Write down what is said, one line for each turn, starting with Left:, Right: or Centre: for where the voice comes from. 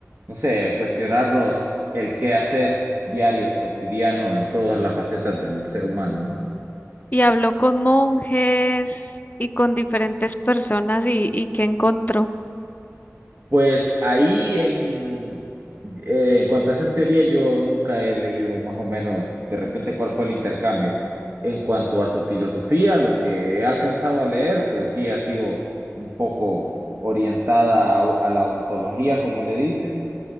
Right: no sé, cuestionarnos el qué hacer diario, cotidiano, en todas las facetas del ser humano, ¿no?
Left: Y habló con monjes y con diferentes personas y, y qué encontró.
Right: Pues ahí en, eh, en cuanto a esas teorías, yo nunca he leído más o menos de repente cuál fue el intercambio. En cuanto a su filosofía, lo que he alcanzado a leer, pues sí ha sido un poco orientada a, a la ontología, como le dicen,